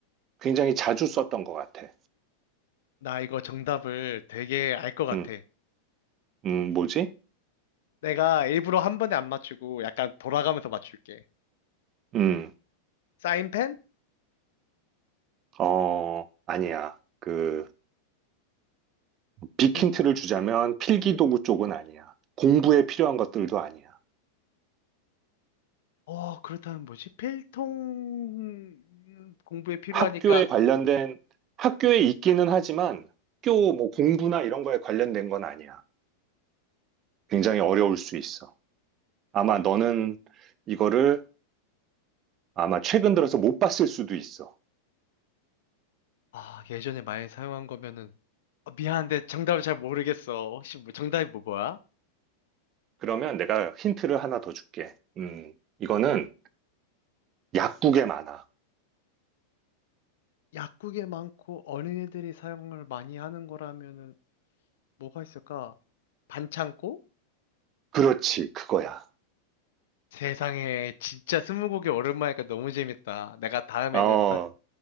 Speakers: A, on the right; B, on the left.
A: 굉장히 자주 썼던 것 같아.
B: 나 이거 정답을 되게 알 것 같아.
A: 음, 음, 뭐지?
B: 내가 일부러 한 번에 안 맞추고 약간 돌아가면서 맞출게.
A: 음,
B: 사인펜?
A: 어, 아니야. 그, 빅힌트를
B: 음,
A: 주자면 필기도구 쪽은 아니야. 공부에 필요한 것들도 아니야.
B: 어, 그렇다면 뭐지? 필통 공부에 필요하니까,
A: 학교에 관련된, 학교에 있기는 하지만 학교 뭐 공부나 이런 거에 관련된 건 아니야. 굉장히 어려울 수 있어. 아마 너는 이거를 아마 최근 들어서 못 봤을 수도 있어.
B: 아, 예전에 많이 사용한 거면은, 어, 미안한데 정답을 잘 모르겠어. 혹시 뭐, 정답이 뭐 뭐야?
A: 그러면 내가 힌트를 하나 더 줄게. 음, 이거는 약국에 많아.
B: 약국에 많고 어린이들이 사용을 많이 하는 거라면은 뭐가 있을까? 반창고?
A: 그렇지, 그거야.
B: 세상에, 진짜 스무고개 오랜만이니까 너무 재밌다. 내가 다음에는
A: 어,
B: 더,